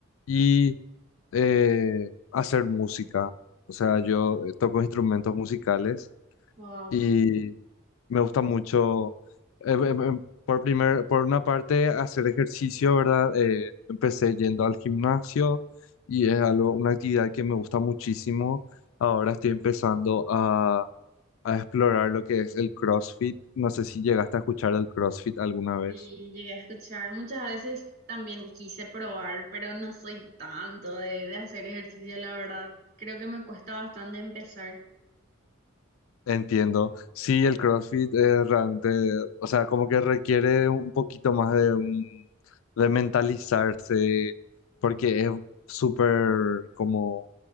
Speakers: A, on the left (about 80°); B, on the right (about 50°).
A: y eh, hacer música. O sea, yo eh, toco instrumentos musicales
B: Wow,
A: y me gusta mucho, eh, em- em, por primer, por una parte, hacer ejercicio, ¿verdad? Eh, empecé yendo al gimnasio y es algo, una actividad que me gusta muchísimo. Ahora estoy empezando a, a explorar lo que es el CrossFit. No sé si llegaste a escuchar el CrossFit alguna vez.
B: sí, llegué a escuchar. Muchas veces también quise probar, pero no soy tanto de, de hacer ejercicio, la verdad. Creo que me cuesta bastante empezar.
A: Entiendo. Sí, el CrossFit eh, realmente, o sea, como que requiere un poquito más de, un- de mentalizarse, porque es súper como